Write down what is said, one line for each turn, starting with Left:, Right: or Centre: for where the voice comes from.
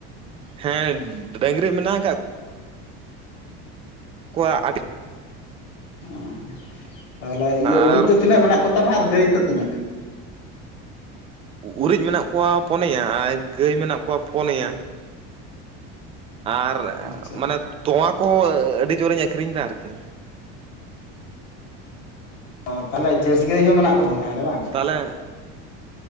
Right: ᱦᱮᱸ ᱰᱟᱹᱝᱨᱤ ᱢᱮᱱᱟᱜ ᱠᱟᱜ ᱠᱚᱣᱟᱜ
Left: ᱚ ᱛᱟᱦᱞᱮ ᱤᱭᱟᱹ
Right: ᱟᱨ
Left: ᱩᱨᱤᱡ ᱫᱚ ᱛᱤᱱᱟᱹᱜ ᱢᱮᱱᱟᱜ ᱠᱚᱛᱟᱢᱟ ᱟᱨ ᱜᱟᱹᱭ ᱛᱚ ᱛᱤᱱᱟᱹᱜ?
Right: ᱩᱨᱤᱡ ᱢᱮᱱᱟᱜ ᱠᱚᱣᱟ ᱯᱚᱱᱭᱟ ᱟᱭ ᱜᱟᱹᱭ ᱢᱮᱱᱟᱜ ᱠᱚᱣᱟ ᱯᱚᱱᱮᱭᱟ᱾ ᱟᱨ
Left: ᱟᱪᱪᱷᱟ
Right: ᱢᱟᱱᱮ ᱛᱚᱣᱟᱸ ᱠᱚᱸ ᱟᱹᱰᱤ ᱡᱳᱨᱤᱧ ᱟᱹᱠᱷᱨᱤᱧ ᱫᱟ ᱟᱨᱠᱤ᱾
Left: ᱚ ᱛᱟᱦᱞᱮ ᱡᱟᱹᱨᱥᱤ ᱜᱟᱹᱭ ᱦᱚᱸ ᱢᱮᱱᱟᱜ ᱠᱚᱛᱟ ᱢᱟ ᱛᱟᱦᱞᱮ ᱵᱟᱝ?
Right: ᱛᱟᱦᱞᱮ